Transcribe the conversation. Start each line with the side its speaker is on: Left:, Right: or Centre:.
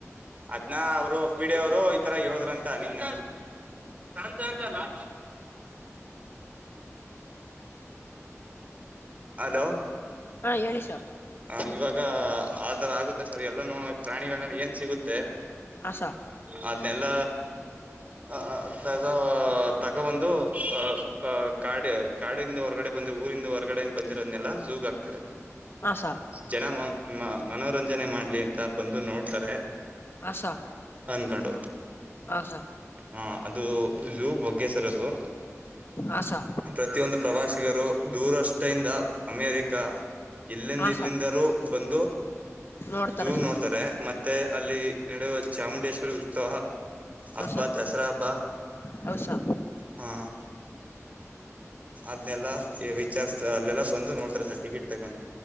Right: ಅದ್ನ ಅವರು ಪೀಡಿಯವರು ಈ ತರ ಹೇಳುದ್ರಂತ ನಿನ್ನ ಹಂತ ಅಂತ ಲಾ ಹಲೋ
Left: ಹಾ ಹೇಳಿಸ
Right: ಹ ಇವಾಗ ಆ ತರ ಆಗುತ್ತೆ ಸರ್ ಎಲ್ಲನೂ ಪ್ರಾಣಿಗಳನ್ನ ಏನ್ ಸಿಗುತ್ತೆ
Left: ಆಸಾ
Right: ಅದನ್ನೆಲ್ಲ ಆ ತಗ ತಗ ಒಂದು ಅ ಕಾ ಕಾಡಿಂದ ಹೊರಗಡೆ ಬಂದ್ರೆ ಊರಿಂದ ಹೊರ್ಗಡೆ ಏ ಬಂದಿರೋದನ್ನೆಲ್ಲ ಜಝಗ ಆಕ್ತಾರೆ
Left: ಆಸ
Right: ಜನ ಮ ಮನೋರಂಜನೆ ಮಾಡ್ಲಿ ಅಂತ ಬಂದು ನೋಡ್ತಾರೆ
Left: ಹಾ ಸ
Right: ಅನ್ಕಂಡು
Left: ಹಾ ಸ
Right: ಹಾ ಅದು ಜೂ ಬಗ್ಗೆಸರ್ ಅದು
Left: ಆಸಾ
Right: ಪ್ರತಿಯೊಂದು ಪ್ರವಾಸಿಗರು ದೂರಷ್ಟಿಂದ ಅಮೇರಿಕ ಇಲ್ಲಿಂದ
Left: ಹಾ
Right: ಇಲ್ಲಿಂದರುೂ
Left: ಸ
Right: ಬಂದು
Left: ನೋಡ್ತಾರೆ
Right: ಝೂ
Left: ಸ
Right: ನೋಡ್ತಾರೆ ಮತ್ತೆ ಅಲ್ಲಿ ನಡುವ ಚಾಮುಂಡೇಶ್ವರಿ ಉತ್ಸವ ಹಬ್ಬಾ
Left: ಹಾ ಸ
Right: ದಸರಾ ಹಬ್ಬ
Left: ಹೌದ್ ಸ
Right: ಹಾ ಅದ್ನೆಲ್ಲ ವಿಚಾರ್ಸ್ತ ಅಲ್ಲೆಲ್ಲಾ ಬಂದು ನೋಡ್ತರೆ ಸರ್ ಟಿಕೆಟ್ ತಕೊಂಡು